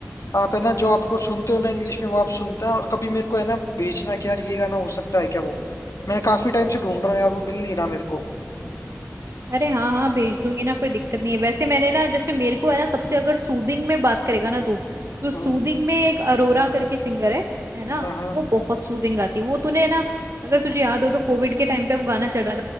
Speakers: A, on the left; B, on the right.
A: आप है ना
B: हम्म।
A: जो आपको सुनते हो ना इंग्लिश में वो आप सुनता है और कभी मेरे को है ना भेजना कि यार ये गाना हो सकता है क्या वो मैं काफी टाइम से ढूंढ रहा हूँ यार वो मिल नहीं रहा मेरे को
B: अरे हाँ हाँ भेज दूंगी ना कोई दिक्कत नहीं है वैसे मैंने ना जैसे मेरे को है ना सबसे अगर सूदिंग में बात करेगा ना तू तो सूदिंग
A: हम्म
B: में एक अरोरा करके सिंगर है है ना
A: हम्म हम्म।
B: वो बहुत सूदिंग गाती है वो तूने ना अगर तुझे याद हो तो कोविड के टाइम पे वो गाना चल रहा